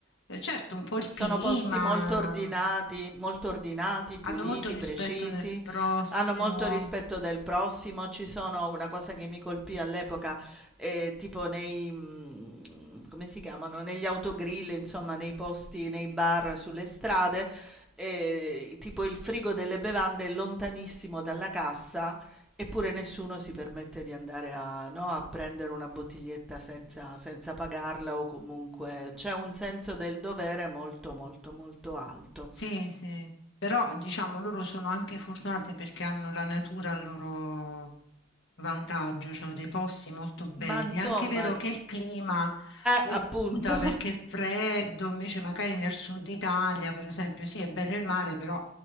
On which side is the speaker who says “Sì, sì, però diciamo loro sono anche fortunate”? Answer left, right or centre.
Left